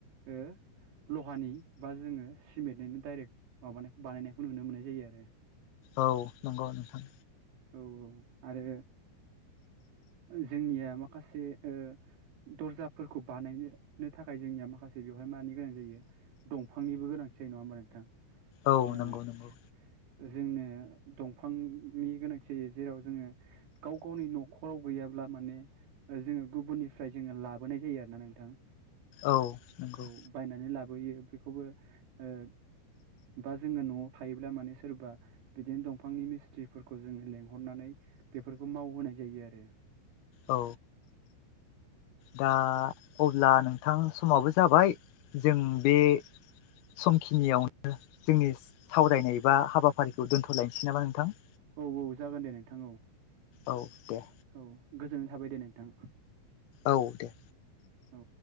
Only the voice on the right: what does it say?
ओ लहानि बा जोङो सिमेन्टनिनो डाइरेक्ट माबानायखौ बानायनायखौ नुनो मोननाय जायो आरो
औ औ आरो जोंनिया माखासे ओ दरजाफोरखौ बानायनो थाखाय जोंनिया माखासे बेवहाय मानि गोनां जायो दंफांनिबो गोनांथि जायो नङा होमबा नोंथां
ओ
जोंनो दंफांनि गोनांथि जेराव जोङो गाव गावनि न'खराव गैयाब्ला माने जोङो गुबुननिफ्राय जोङो लाबोनाय जायो आरो ना नोंथां
औ बायनानै लाबोयो बेखौबो ओ बा जोङो न'आव थायोब्ला माने सोरबा बिदिनो दंफांनि मिस्थ्रिफोरखौ जोङो लेंहरनानै बेफोरखौ मावहोनाय जायो आरो।
औ औ जागोन दे नोंथां औ
औ गोजोननाय थाबाय दे नोंथां
औ।